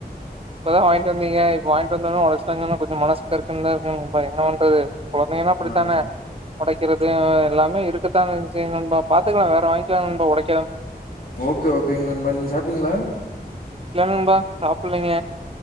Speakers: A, on the right; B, on the left.
A: இப்பதா வாங்கிட்டு வந்தீங்க இப்ப வாங்கிட்டு வந்தோன உடச்சுட்டான் சொன்னா மனசுக்கு கருக்குன்னு தா இருக்கோ என்னா பண்றது கொழந்தைங்கன்னா அப்படித்தானே
B: ஆ
A: ஒடைக்கிறது எல்லாமே இருக்கதான் செய்யும் நண்பா பாத்துக்கலாம் வேற வாங்கிக்கலாம் ஒடைக்
B: ஓகே ஓகேங்க நண்பா நீங்க சாப்டீங்களா
A: இல்ல நண்பா சாப்பிட்லங்க